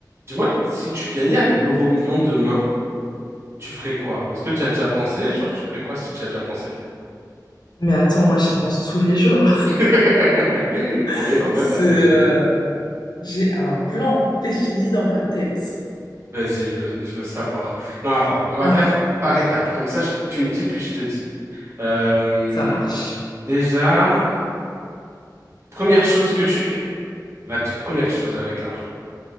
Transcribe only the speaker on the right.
Dis-moi, si tu gagnais à l'euro million demain, tu ferais quoi? Est-ce que tu as déjà pensé? Genre, tu ferais quoi si tu as déjà pensé?
<laughs> On
est dans le
même bateau.
Vas-y, je veux, je veux savoir. Non, attends, on va
faire par étapes. Comme ça, je- tu me dis, puis je te dis. Euh,
déjà, première chose que tu fais. La toute première chose avec l'argent.